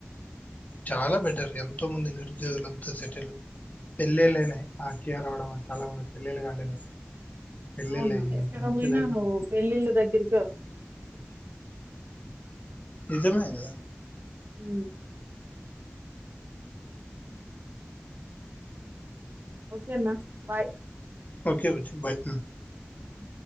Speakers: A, on the left (about 40°); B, on the right (about 60°).
A: చాలా బెటర్ ఎంతో మంది నిరుద్యోగులంతా సెటిల్ పెళ్ళిలైనై ఆకియా రావటం వళ్ళే చాలా మందికి పెళ్ళళ్లు కాలేదు పెళ్ళిళ్ళు
B: అవునా
A: అయ్యి
B: ఎక్కడ
A: ఒక మంచి
B: పోయినా
A: లైఫ్
B: నువ్వు పెళ్ళిళ్ళ దగ్గరికే వస్ త మాససి
A: నిజమే కదా
B: ఉ
A: ఆ
B: ఓకే అన్న బాయ్
A: ఓకే బుజ్జి బాయ్ రా
B: ఇ